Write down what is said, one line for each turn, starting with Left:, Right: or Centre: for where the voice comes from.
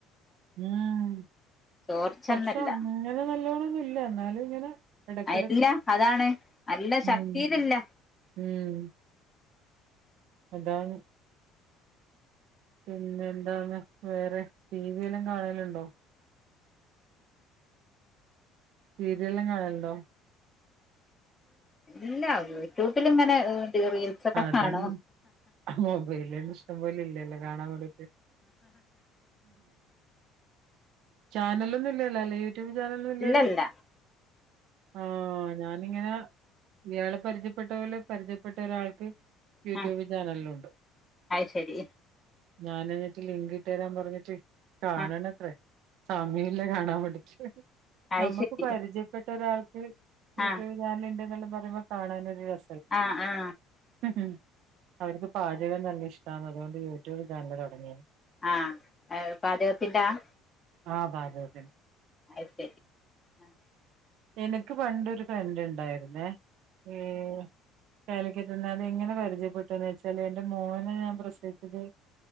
Right: ഉം
Left: ചോർച്ചന്നല്ല
Right: പക്ഷെ അങ്ങനെ നല്ലോണമെന്നുല്ല എന്നാലും ഇങ്ങനെ എടക്കിടക്ക്
Left: ഇല്ല അതാണ് നല്ല ശക്തിയിലില്ല
Right: ഉം ഉം അതാണ് പിന്നെ എന്താന്ന് വേറെ ടി വി യെല്ലാം കാണലുണ്ടോ സീരിയലെല്ലാം കാണലുണ്ടോ
Left: ഇല്ല യൂട്യൂബില് ഇങ്ങനെ റീൽസ് ഒക്കെ
Right: അതന്നെ
Left: കാണോ
Right: മൊബൈലിൽ ഇഷ്ടം പോല ഇല്ലല്ലോ കാണാൻ വേണ്ടിട്ട് ചാനലൊന്നും ഇല്ലല്ലോ അല്ലേ യൂട്യൂബ് ചാനലൊന്നും ഇല്ലല്ലോ
Left: ഇല്ലല്ല
Right: ആ ഞാനിങ്ങനെ ഇയാളെ പരിചയ- പ്പെട്ട പോല പരിചയപ്പെട്ട ഒരാൾക്ക് യൂട്യൂബ്
Left: ആ
Right: ചാനലുണ്ട്
Left: അത് ശരി
Right: ഞാൻ എന്നിട്ട് ലിങ്ക് ഇട്ടു തരാൻ പറഞ്ഞിട്ട് കാണണ
Left: ആ
Right: എത്രേ സമയമില്ല കാണാൻ വേണ്ടിയിട്ട്
Left: അത്
Right: നമ്മുക്ക്
Left: ശരി
Right: പരിചയപ്പെട്ട ഒരാൾക്ക് യൂട്യൂബ്
Left: ആ
Right: ചാനലുണ്ടെന്ന് എല്ലാം പറയുമ്പോ കാണാനൊ ഒരു രസം
Left: ആ ആ
Right: ഉം അവക്ക് പാചകം തന്നെ ഇഷ്ടാണു അതുകൊണ്ട് യൂട്യൂബ് ചാനല് തുടങ്ങിയ
Left: ആ പാചകത്തിന്റെ ആ
Right: ആ പാചകത്തിന്റ
Left: അത് ശരി ആ
Right: എനിക്ക് പണ്ടൊരു ഫ്രണ്ട് ഉണ്ടായിരുന്നേ ഉം കാലിക്ക- പിന്നാ ഞാൻ എങ്ങനെ പരിചയപ്പെട്ടുന്ന് വെച്ചാല് എന്റ മോനെ ഞാൻ പ്രസവിച്ചത്